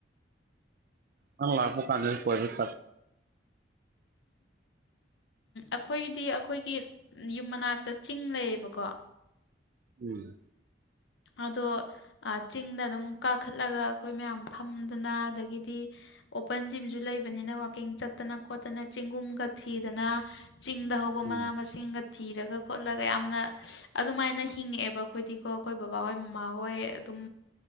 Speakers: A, on the right (about 50°); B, on the left (about 70°).
A: ꯅꯪ ꯂꯥꯛꯄ ꯀꯥꯟꯗꯁꯨ ꯀꯣꯏꯕ ꯆꯠ
B: ꯑꯩꯈꯣꯏꯒꯤꯗꯤ ꯑꯩꯈꯣꯏꯒꯤ ꯌꯨꯝ ꯃꯅꯥꯛꯇ ꯆꯤꯡ ꯂꯩꯌꯦꯕꯀꯣ
A: ꯎꯝ
B: ꯑꯗꯣ ꯆꯤꯡꯗ ꯑꯗꯨꯝ ꯀꯥꯈꯠꯂꯒ ꯑꯩꯈꯣꯏ ꯃꯌꯥꯝ ꯐꯝꯗꯅ ꯑꯗꯒꯤꯗꯤ ꯑꯣꯄꯟ ꯖꯤꯝꯁꯨ ꯂꯩꯕꯅꯤꯅ ꯋꯥꯛꯀꯤꯡ ꯆꯠꯇꯅ ꯈꯣꯠꯇꯅ ꯆꯦꯡꯒꯨꯝꯒ ꯊꯤꯗꯅ ꯆꯤꯡꯗ ꯍꯧꯕ
A: ꯎꯝ
B: ꯃꯅꯥ ꯃꯁꯤꯡꯒ ꯊꯤꯔꯒ ꯈꯣꯠꯂꯒ ꯌꯥꯝꯅ ꯑꯗꯨꯃꯥꯏꯅ ꯍꯤꯡꯉꯛꯑꯦꯕ ꯑꯩꯈꯣꯏꯗꯤꯀꯣ ꯑꯩꯈꯣꯏ ꯕꯕꯥꯍꯣꯏ ꯃꯃꯥꯍꯣꯏ ꯑꯗꯨꯝ